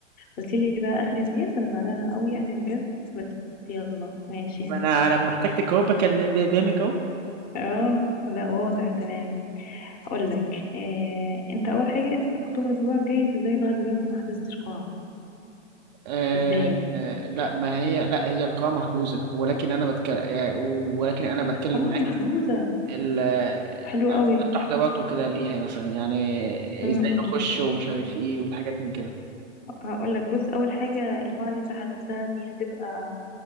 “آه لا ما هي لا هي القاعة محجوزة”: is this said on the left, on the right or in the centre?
Right